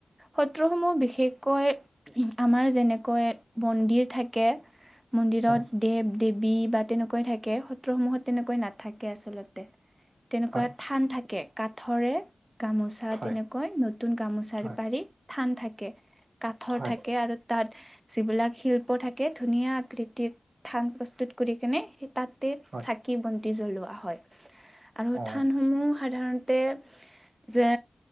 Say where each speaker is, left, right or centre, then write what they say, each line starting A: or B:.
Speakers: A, on the right; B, on the right.
A: সত্ৰসমূহ বিশেষকৈ আমাৰ যেনেকৈ মন্দিৰ থাকে মন্দিৰত
B: হয়
A: দেৱ দেৱী বা তেনেকৈ থাকে। সত্ৰসমূহত তেনেকৈ নাথাকে আচলতে। তেনেকুৱা
B: হয়।
A: থান থাকে কাথৰে গামোচা
B: হয়।
A: তেনেকৈ নতুন গামোচাৰ
B: হয়
A: পাৰিত থান থাকে। কাঠৰ
B: হয়
A: থাকে আৰু তাত যিবিলাক শিল্প থাকে ধুনীয়া আকৃতিৰ ধান প্ৰস্তুত কৰি কেনে সেই তাতে
B: হয়
A: চাকি বন্তি দি জ্বলোৱা হয় আৰু
B: অ
A: থান সমূহ সাধাৰণতে যে